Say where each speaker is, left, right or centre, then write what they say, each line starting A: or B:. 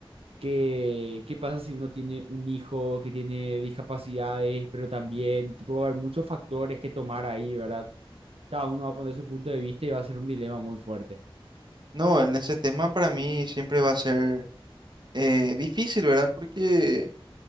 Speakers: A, on the right; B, on the right.
A: ¿Qué, qué pasa si uno tiene un hijo que tiene discapacidades, pero también, tipo, va a haber muchos factores que tomar ahí, ¿verdad? Cada uno va a poner su punto de vista y va a ser un dilema muy fuerte.
B: no, en ese tema para mí siempre va a ser eh, difícil, ¿verdad? Porque